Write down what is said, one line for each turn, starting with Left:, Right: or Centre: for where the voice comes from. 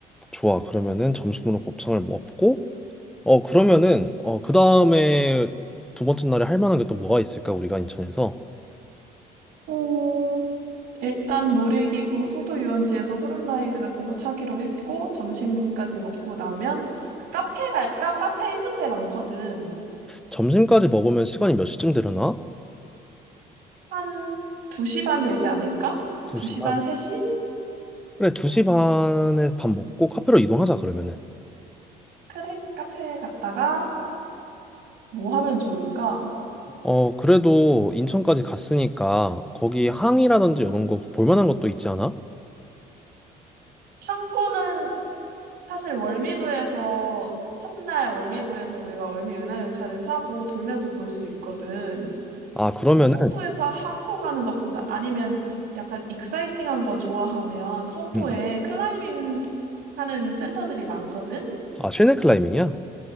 Centre: 좋아. 그러면은 점심으로 곱창을 먹고, 어, 그러면은, 어, 그 다음에 두 번째 날에 할 만한 게 또 뭐가 있을까? 우리가 인천에서.
Right: 어, 일단 놀이기구, 송도 유원지에서 후룸라이드 같은 거 타기로 했고, 점심까지 먹고 나면 카페 갈까? 카페 이쁜 데 많거든.
Centre: 점심까지 먹으면 시간이 몇 시쯤 되려나?
Right: 한 2시 반 되지 않을까?
Centre: 2시
Right: 2시
Centre: 반.
Right: 반, 3시?
Centre: 그래, 2시 반에 밥 먹고 카페로 이동하자, 그러면은.
Right: 그래, 카페 갔다가 뭐 하면 좋을까?
Centre: 어, 그래도 인천까지 갔으니까 거기 항이라든지 이런 거 볼 만한 것도 있지 않아?
Right: 탐구는 사실 월미도에서 첫날 월미도에서 우리가 월미 은하열차를 타고 돌면서 볼 수 있거든.
Centre: 아, 그러면은,
Right: 너 송도에서 항구 가는 것보다 아니면 약간 익사이팅한 거 좋아하면 송도에
Centre: 음.
Right: 클라이밍 하는 센터들이 많거든.
Centre: 아, 실내 클라이밍이야?